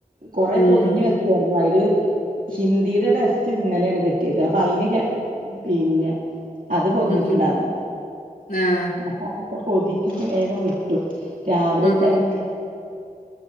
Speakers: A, on the right (about 65°); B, on the left (about 85°).
A: കൊറെ
B: ഉം
A: പൊതിഞ്ഞഞ് വെച്ചരുന്നു അതില്. ഹിന്ദിയുടെ ടെസ്റ്റ് ഇന്നലെയാണ് കിട്ടിയത് അപ്പൊ അയിന് പിന്നെ. അത് പൊതിഞ്ഞിട്ടുണ്ടായിരുന്നില്ലാ
B: ഉം ആഹ്
A: അപ്പൊ അതൊക്കെ പൊതിഞ്ഞ് വേഗം വിട്ടു. രാവിലെ
B: ഉം
A: ഒരു തിരക്കാ
B: ഉം